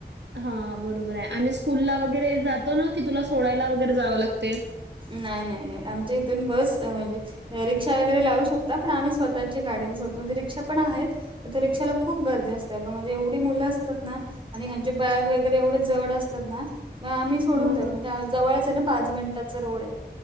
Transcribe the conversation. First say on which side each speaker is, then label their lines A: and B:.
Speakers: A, on the right (about 80°); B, on the right (about 30°).
A: हा बरोबरय आणि स्कूलला वगैरे जातो ना की तुला सोडायला वगैरे जावं लागतय?
B: नाय नाय नाय आमच्या इथून बस म्हणजे रिक्षा वगैरे लावू शकता पण आम्ही स्वतःची गाडीने सोडतो म्हणजे रिक्षा पण आहेत. पण त्या रिक्षाला खूप गर्दी असतेय ग म्हणजे एवढी मुलं असतात ना आणि ह्यांची बॅग व गैरे एवढे जड असतात ना तर आम्ही सोडून
A: हां,
B: देतो
A: हां.
B: म्हणजे जवळच आहे ना पाच मिन टाच रोड आहे